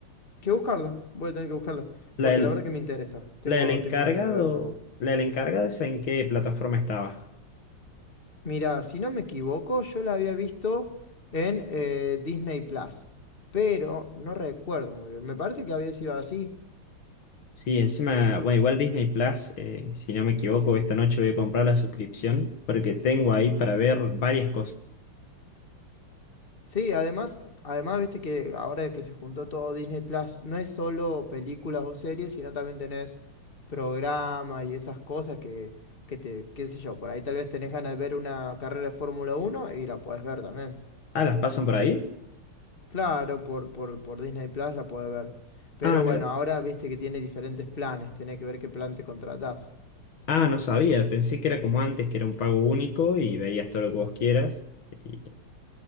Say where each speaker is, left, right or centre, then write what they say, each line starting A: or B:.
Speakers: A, on the left (about 25°); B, on the left (about 70°).
A: que buscarla, voy a tener que buscarla,
B: La
A: porque
B: del,
A: la verdad que me interesa, tengo,
B: la del encargado,
A: tengo ganas de verla.
B: la del encargado, ¿esa en qué plataforma estaba?
A: Mira, si no me equivoco, yo la había visto en eh, Disney Plus, pero no recuerdo muy bien, me parece que había sido así.
B: Sí, encima, bueno, igual Disney Plus, eh, si no me equivoco, esta noche voy a comprar la suscripción porque tengo ahí para ver varias cosas.
A: Sí, además, además, viste que ahora que se juntó todo Disney Plus, no es solo películas o series, sino también tenés programas y esas cosas que, que te, qué sé yo, por ahí tal vez tenés ganas de ver una carrera de Fórmula uno y la podés ver también.
B: Ah, ¿las pasan por ahí?
A: Claro, por, por, por Disney Plus la podés ver. Pero
B: Ah, mira.
A: bueno, ahora viste que tiene diferentes planes, tenés que ver qué plan te contratás.
B: Ah, no sabía, pensé que era como antes, que era un pago único y veías todo lo que vos quieras. Y